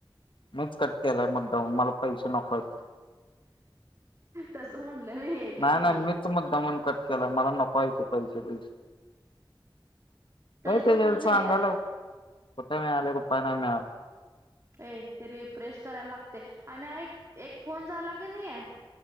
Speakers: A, on the left (about 70°); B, on the right (about 35°).
A: मीच कट केलाय मुद्दामहून मला पैसे नको आहेत.
B: तस म्हणलं नाहीये काय
A: नाही
B: मी
A: नाही मीच मुद्दामून कट केला मला नको हायते पैसे बिसे
B: तरी
A: काय त्याच्या
B: पण तुला मिळत्यात
A: सांगाला कुठ मिळालय बघ पणा मॅम
B: ये ते रिफ्रेश करायला लागतय. आणि आईक एक फोन झाला क नई